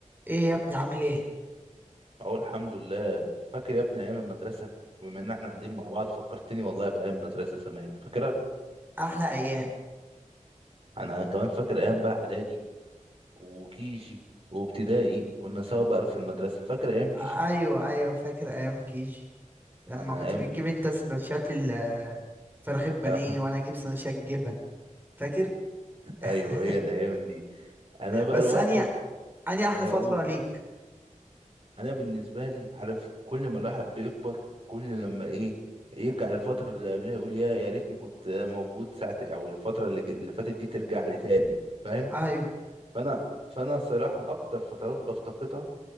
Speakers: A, on the right (about 15°); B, on the right (about 45°).
A: ايه يا ابني عامل ايه
B: اهو الحمد لله فاكر يا ابني ايام المدرسه بما ان احنا قاعدين مع بعض فكرتني والله بايام المدرسه زمان فاكرها
A: احلى ايام
B: انا كمان فاكر ايام بقى اعدادي وكيجي وابتدائي كنا سوا بقى في المدرسه فاكر ايام كيجي
A: ايوه ايوه فاكر ايام كيجي لما
B: انا
A: كنت
B: ايام
A: بتجيب
B: ك... <laughs>
A: انت سندوتشات ال- فراخ البانيه
B: آه.
A: وانا اجيب سندوتشات جبن فاكر
B: ايوه
A: <laughs>
B: هي الايام دي انا بقى
A: بس
B: الواحد
A: اني اني احلى
B: اقول
A: فتره ليك
B: انا بالنسبه لي عارف كل ما الواحد بيكبر كل لما ايه يرجع للفتره اللي قبلها يقول يا يا ريتني كنت موجود ساعه او الفتره اللي اللي فاتت دي ترجع لي تاني فاهم
A: ايوه
B: فانا فانا الصراحه اكتر فترات بفتقدها